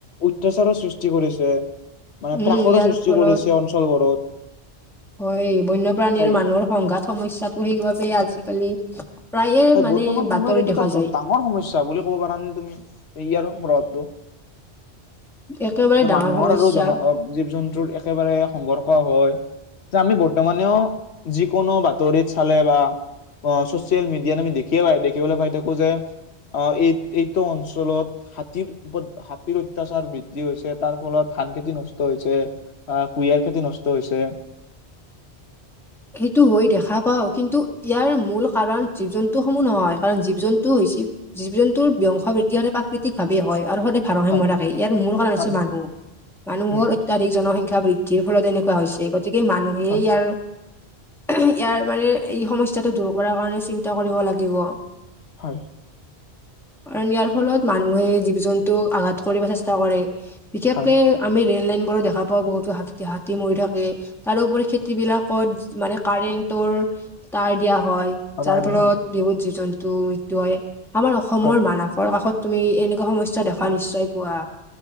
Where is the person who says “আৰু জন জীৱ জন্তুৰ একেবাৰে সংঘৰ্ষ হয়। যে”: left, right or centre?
Left